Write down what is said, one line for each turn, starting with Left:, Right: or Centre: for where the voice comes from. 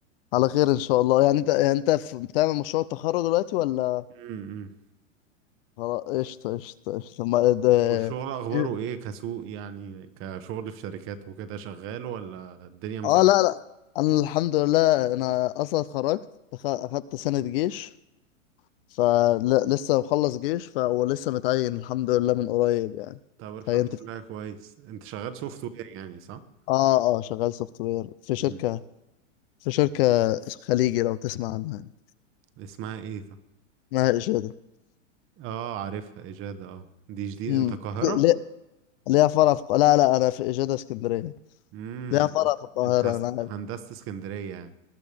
Left: على خير ان شاء الله يعني انت يعني انت في... بتعمل مشروع التخرج دلوقتي ولا
Right: امم
Left: خلاص قشطه قشطه قشطه ما... إيه، ده...
Right: والشغل اخباره
Left: إيه؟
Right: ايه كسوق يعني كشغل في شركات وكده شغال ولا الدنيا مزنقه
Left: اه لا لا انا الحمد لله انا اصلا اتخرجت أخ- اخدت سنه جيش فلسه مخلص جيش ف... ولسه متعين الحمد لله من قريب يعني
Right: طب الحمد
Left: اتعينت
Right: لله كويس انت شغال سوفت وير يعني صح
Left: اه اه شغال سوفت وير في شركة
Right: امم
Left: في شركة خليجي لو تسمع عنها يعني
Right: اسمها ايه طب
Left: اسمها إجادة
Right: اه عارفها اجاده اه دي جديد
Left: امم
Right: انت القاهره
Left: ليه ليها فرع في الق- لا لا أنا في إجادة اسكندرية
Right: امم
Left: ليها فرع
Right: انت
Left: في القاهرة
Right: انت هس-
Left: أنا عارف
Right: هندسه اسكندريه يعني